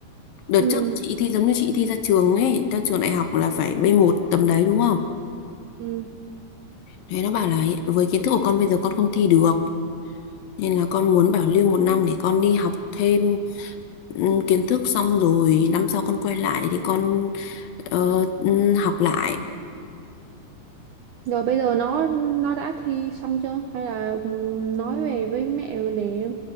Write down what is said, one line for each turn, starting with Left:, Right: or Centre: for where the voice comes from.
Left: Đợt
Right: Ừ,
Left: trước chị thi giống như chị thi ra trường ấy, ra trường đại học là phải b một tầm đấy đúng không?
Right: ừ.
Left: Thế nó bảo là hiện- với kiến thức của con bây giờ con không thi được. Nên là con muốn bảo lưu một năm để con đi học thêm ừm, kiến thức xong rồi năm sau con quay lại thì con ờ, ừm, học lại.
Right: Rồi bây giờ nó nó đã thi xong chưa? Hay là ừ, nói về với mẹ để